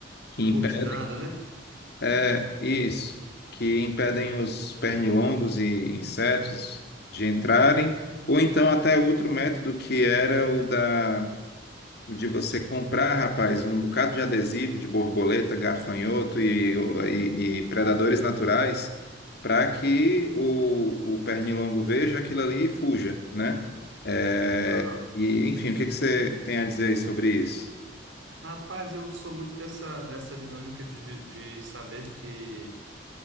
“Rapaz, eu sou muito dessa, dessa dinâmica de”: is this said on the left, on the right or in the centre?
Right